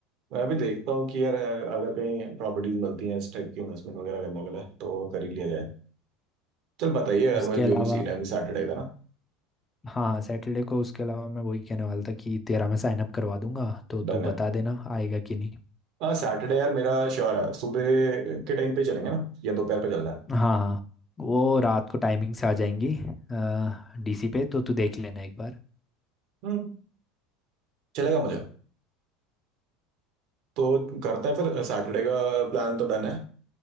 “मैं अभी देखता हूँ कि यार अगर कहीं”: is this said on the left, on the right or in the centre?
Right